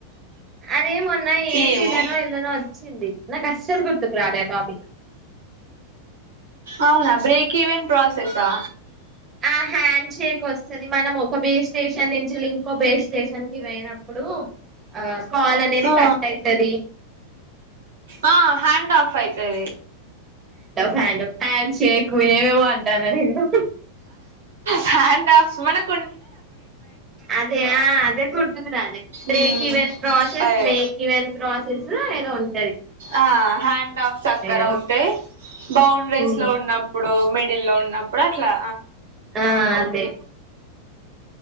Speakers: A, on the right (about 25°); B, on the right (about 65°).
A: అరే మన నా ఏసి
B: ఏమో
A: లనో ఎందులనో వచ్చింది నాక్ అస్సలు గుర్తు రాలే టాపిక్
B: అవునా బ్రేక్ ఈవెన్ ప్రాసెస్సా
A: ఆ హ్యాండ్ షేక్ వస్తది మనం ఒక బే స్టేషన్ నుంచి ఇంకో బే స్టేషన్ కి వెయినప్పుడు ఆ కాల్ అనేది
B: ఆ
A: కట్ అయితది
B: ఆ హ్యాండ్ ఆఫ్ అయి తది
A: హ్యాండు హ్యాన్ షేక్ ఏవేవో అంటన్న నేను
B: హ్యాండ్ ఆఫ్ మనక్
A: అదే అదే గుర్తుకు రాలే బ్రేక్
B: ఉమ్
A: ఇవెన్ ప్రాసెస్
B: అదే
A: మేక్ ఇవెన్ ప్రాసెసు <unintelligible>
B: ఆ హ్యాండ్ ఆఫ్స్ అక్కర్
A: కదా
B: అవుతాయి బౌండ్రీస్
A: ఉమ్.
B: లో ఉన్నప్పుడు మి డిలో ఉన్నప్పుడు అట్లా
A: ఆ అదే